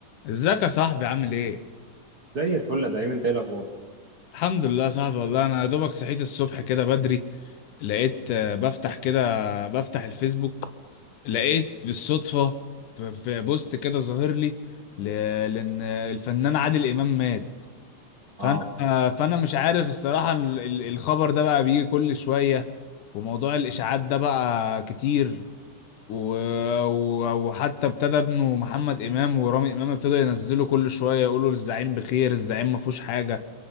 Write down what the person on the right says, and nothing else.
زي الفل يا دايما انت ايه الاخبار
اه